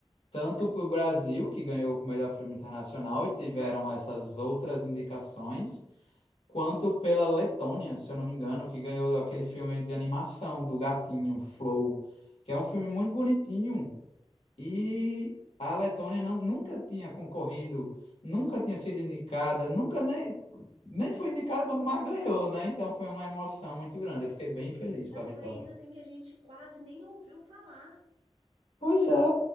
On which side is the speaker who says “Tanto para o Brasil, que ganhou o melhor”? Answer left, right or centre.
Left